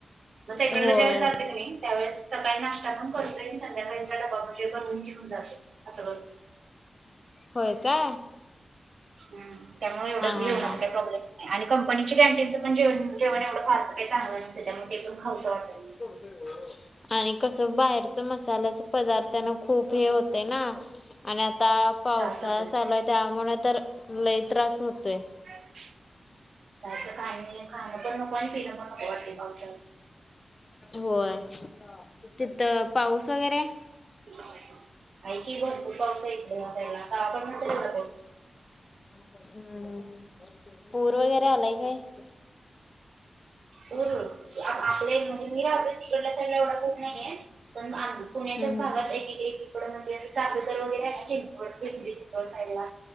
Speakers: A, on the right; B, on the left.
A: सेकंड
B: होय
A: ला ज्या वेळेस जाते की नाई त्यावेळेस सकाळी नाश्ता पण करतोय आणि संध्याकाळचा डबा पण बनवून घेऊन जाते. अस होय?
B: होय का?
A: हम. त्यामुळे एवढं काही
B: हा
A: <unintelligible>
B: हा
A: प्रॉब्लेम नाही. आणि कंपनी <unintelligible> पण जे जेवण- एवढं फार काही चांगल नसत. त्यामुळंते पण खाऊस वाटत नाही.
B: हो हो. आणि कस? बाहेरच मसाल्याच पदार्थना खूप हे होतंय ना? आणि आता पावसाळा
A: त्रास होतोय.
B: चालूय तर <unintelligible> तर लय त्रास होतोय.
A: <unintelligible> खाणं पण नको आणि पिण पण नको वाटतय पावसाळ्यात.
B: होय. तिथ पाऊस वगैरे?
A: आहे की. भरपूर पाऊस ए इकडं. <unintelligible>
B: हम्म. पूर वगैरे आलाय काय?
A: हो. आपल्या इकडं नेहमी राहतो. तिकडल्या साईडला एवढा खूप नाहीये. पण आम् पुण्याच्याच
B: हम्म
A: भागात
B: हम्म
A: एक एक एकीकडे म्हणजे <unintelligible> चिंचवड, पिंपरी चिंचवड साईड ला